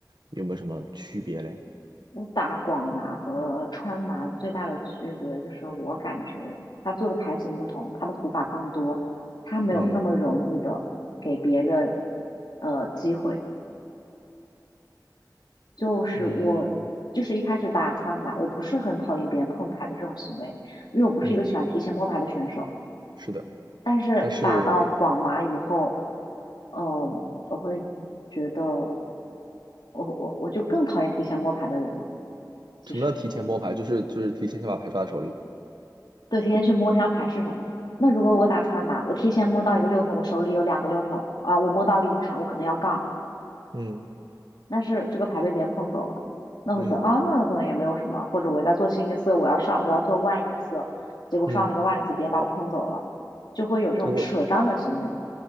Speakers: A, on the right (about 80°); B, on the left (about 80°).
A: 有没有什么区别嘞？
B: 我打广麻和川麻最大的区别就是，我感觉他做的牌型不同，他的胡法更多，他没有那么容易的给别人
A: 嗯
B: 呃机会。就是我就是一开始打川麻，
A: 嗯
B: 我不是很讨厌别人碰牌的这种行为，因为我不是一个喜欢提前摸牌的选手。
A: 嗯，是的，
B: 但是打到广麻以后，
A: 但是。
B: 呃，我会觉得我我我就更讨厌提前摸牌的人了。其实。
A: 什么叫提前摸牌？就是就是提前先把牌抓在手里。
B: 对，提前去摸这张牌是什么。那如果我打川麻，我提前摸到一个六筒，我手里有两个六筒啊，我摸到了一砍，我可能要杠，
A: 嗯
B: 但是这个牌被别人碰走了，那我觉得啊，
A: 嗯
B: 那可能也没有什么，或者我在做清一色，我要上，我要做万一色，结果上了一个万字，
A: 嗯，
B: 别人把我碰走了，就会有这种扯张的行为。
A: 如果